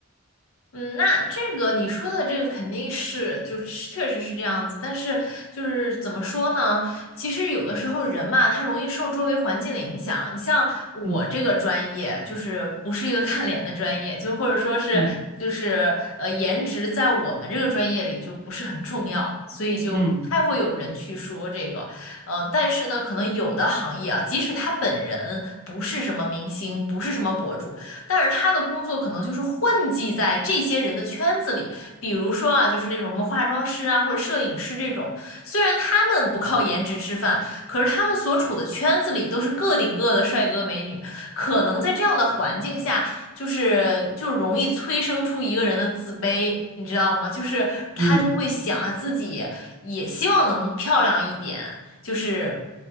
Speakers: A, on the left; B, on the right.
A: 嗯，那这个你说的这个肯定是，就是确实是这样子。但是就是怎么说呢？其实有的时候人嘛，他容易受周围环境的影响。你像我这个专业，
B: 嗯
A: 就是不是一个看脸的专业，就或者说是就是呃，
B: 嗯
A: 颜值在我们这个专业里就不是很重要，所以就不太会有人去说这个。
B: 嗯
A: 嗯、呃但是呢，可能有的行业啊，即使他本人不是什么明星，不是什么博主。但是他的工作可能就是混迹在这些人的圈子里，比如说啊，就是那种什么化妆师啊，或者摄影师这种。虽然他们不靠颜值吃饭，可是他们所处的圈子里都是个顶个的帅哥美女，可能在这样的环境下，就是就容易催生出一个人的自卑，你知道吗？就是他就会想啊，
B: 嗯，
A: 自己也希望能漂亮一点，就是